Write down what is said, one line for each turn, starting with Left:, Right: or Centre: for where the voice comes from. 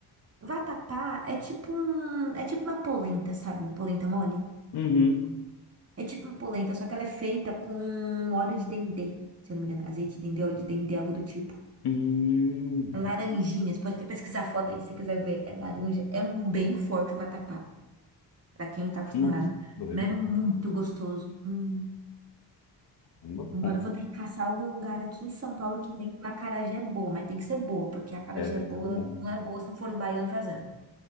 Right: Vatapá é tipo um, é tipo uma polenta, sabe? Um Polenta mole.
Left: Uhum.
Right: É tipo uma polenta, só que ela é feita com óleo de dendê, se eu não me engano. Azeite de dendê, óleo de dendê, algo do tipo.
Left: Hum,
Right: É Laranjinha, você pode até pesquisar a foto aí se você quiser ver. É laranja. É um bem forte o vatapá, pra quem não tá acostumado.
Left: nossa, doido.
Right: Mas é muito gostoso. Hum.
Left: Não,
Right: Agora
Left: Bom,
Right: eu vou ter que caçar algum lugar aqui em São Paulo que vem com acarajé boa, mas tem que ser boa, porque a acarajé
Left: é, tem
Right: boa
Left: sido bom.
Right: não é boa se não for o baiano fazendo.